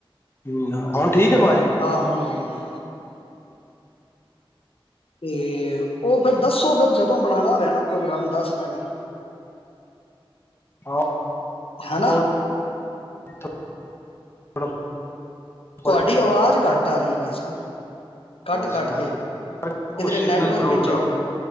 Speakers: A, on the left; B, on the left.
A: ਹੰਮ ਹੁਣ ਠੀਕ ਹੈ ਆਵਾਜ਼
B: ਹਾਂ, ਹੁਣ ਠੀਕ ਏ। ਤੇ ਉਹ ਫਿਰ ਦੱਸੋ ਫਿਰ ਜਦੋਂ ਬਣਾਉਣਾ ਹੋਇਆ ਨਾ ਪ੍ਰੋਗਰਾਮ ਦੱਸ ਦੇਣਾ।
A: ਹਾਂ
B: ਹੈਨਾ।
A: ਉਹ <unintelligible>
B: ਤੁਹਾਡੀ
A: ਪਰ ਹੋ
B: ਆਵਾਜ਼ ਘੱਟ ਆ ਰਹੀ ਹੈ ਭਾਈ ਸਾਬ ਕੱਟ-ਕੱਟ
A: ਗਿਆ ਸੀ ਹਾਂਜੀ
B: ਕੇ
A: ਉਹ
B: ਕਿਧਰੇ
A: ਸਿਗਨਲ
B: ਨੈਟਵਰਕ
A: ਪ੍ਰੋਬਲਮ
B: ਏਚ ਜਾਓ,